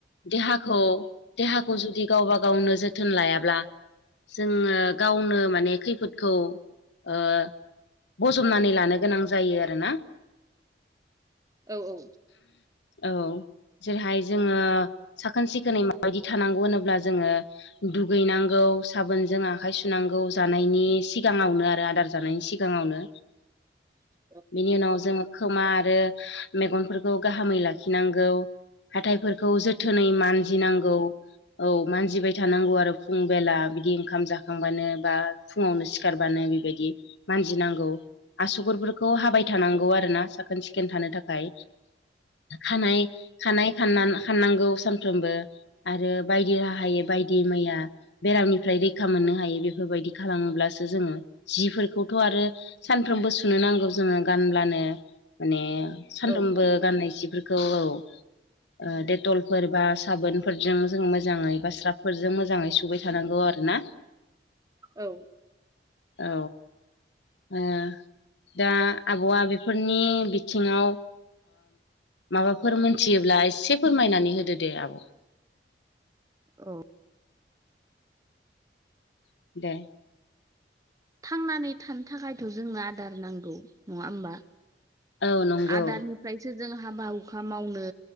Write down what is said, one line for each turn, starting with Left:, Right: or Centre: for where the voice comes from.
Left: देहाखौ देहाखौ जुदि गावबा गावनो जोथोन लायाब्ला जोङो गावनो माने खैफोदखौ ओ बजबनानै लानो गोनां जायो आरोना।
Right: औ औ।
Left: औ जेरैहाय जोङो साखोन सिखोनै मा माबायदि थानांगौ होनोब्ला जोङो दुगैनांगौ साबोनजों आखाइ सुनांगौ जानायनि सिगाङावनो आरो आदार जानायनि सि गाङावनो
Right: <inaudible>
Left: बेनि उनाव जोङो खोमा आरो मेगनफोरखौ गाहामै लाखिनांगौ। हाथायफोरखौ जोथोनै मानजिनांगौ। औ मानजिबाय थानांगौ आरो फुं बेला बिदि ओंखाम जाखांबानो बा फुङावनो सिखारबानो बेबायदि मानजिनांगौ, आसुगरफोरखौ खौ हाबाय थानांगौ आरोना साखोन सिखोन थानो थाखाय, खानाय खानाय खानना‌-खाननांगौ सानफ्रोमबो आरो बायदि राहायै बायदि मैया बेरामनिफ्राय रैखा मोननो हायो बेफोरबायदि खालामोब्लासो जोङो, जिफोरखौथ' आरो सानफ्रोमबो सुनो नांगौ जोङो गानब्लानो। माने सानफ्रोमबो
Right: औ
Left: गाननाय सिफोरखौ औ ओ डेटलफोर बा साबोनफोरजों जों मोजाङै बा स्राबफोरजों मोजाङै सुबाय थानांगौ आरो ना।
Right: औ।
Left: औ ओ। दा आब'आ बेफोरनि बिथिङाव माबाफोर मोन मिथियोब्ला एसे फोरमायनानै होदो दे आब'।
Right: औ।
Left: दे।
Right: थांनानै थानो थाखायथ' जोंनो आदार नांगौ नङा होमबा?
Left: औ नंगौ
Right: आदारनिफ्रायसो जों हाबा हुखा मावनो